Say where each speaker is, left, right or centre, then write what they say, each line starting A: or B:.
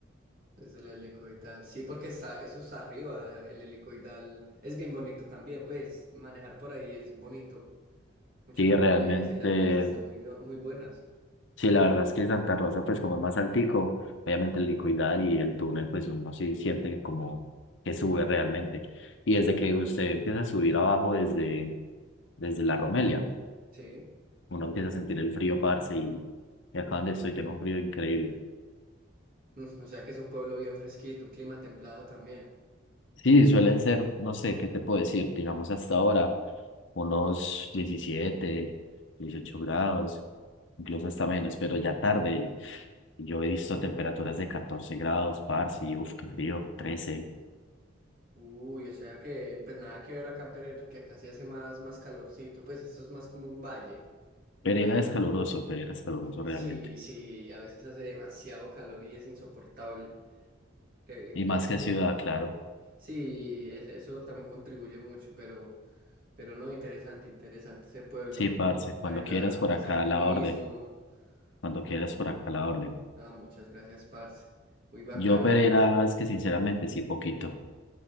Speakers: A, on the right (about 45°); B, on the left (about 70°).
A: Desde el helicoidal. Sí, porque está, eso está arriba. El helicoidal es bien bonito también, pues manejar por ahí es bonito. Mucha
B: Sí,
A: naturaleza
B: realmente.
A: y las vías están muy, bu- muy buenas.
B: Sí, la verdad es que Santa Rosa, pues como es más altico, obviamente el licoidal y el túnel, pues uno sí siente que como que sube realmente. Y desde que usted empieza a subir abajo desde, desde la Romelia,
A: Sí.
B: uno empieza a sentir el frío, parce, y, y acá donde estoy tengo un frío increíble.
A: Mm, O sea que es un pueblo bien fresquito, un clima templado también.
B: Sí, suelen ser, no sé, ¿qué te puedo decir? Digamos hasta ahora, unos 17 18 grados, incluso hasta menos, pero ya tarde. Yo he visto temperaturas de 14 grados, parce, y uff, qué frío, 13.
A: Uy, o sea que, pues nada que ver acá en Pereira, que acá sí hace más, más calorcito. Pues esto es más como un valle.
B: Pereira
A: Allá.
B: es caluroso, Pereira es caluroso
A: Sí,
B: realmente.
A: sí, a veces hace demasiado calor y es insoportable. Que, que...
B: Y más que ciudad, claro.
A: Sí, es- eso también contribuye mucho, pero, pero no, interesante, interesante ese pueblo,
B: Sí, parce,
A: como
B: cuando
A: para ir
B: quieras
A: a, a
B: por
A: hacer
B: acá
A: turismo.
B: a la orden, cuando quieras
A: Ah,
B: por acá a la orden.
A: ah, muchas gracias, parce. Muy bacano.
B: Yo Pereira
A: Y,
B: es que sinceramente sí, poquito.